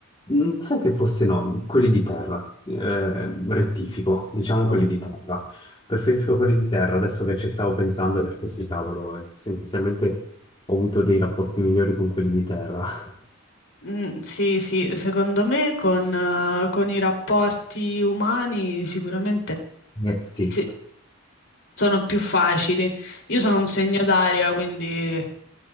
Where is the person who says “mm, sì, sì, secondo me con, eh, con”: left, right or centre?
Left